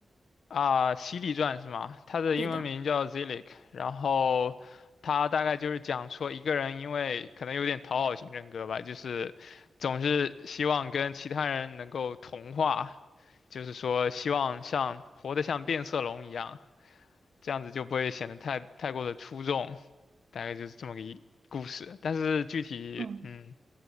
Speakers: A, on the left; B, on the right.
A: 啊，《犀利传》是吗？它的英文名叫
B: 对的，
A: Zilic，然后它大概就是讲说一个人因为可能有点讨好型人格吧，就是总是希望跟其他人能够同化，就是说希望像活得像变色龙一样，这样子就不会显得太太过的出众。大概就是这么个一故事。但是具体，
B: 嗯，
A: 嗯，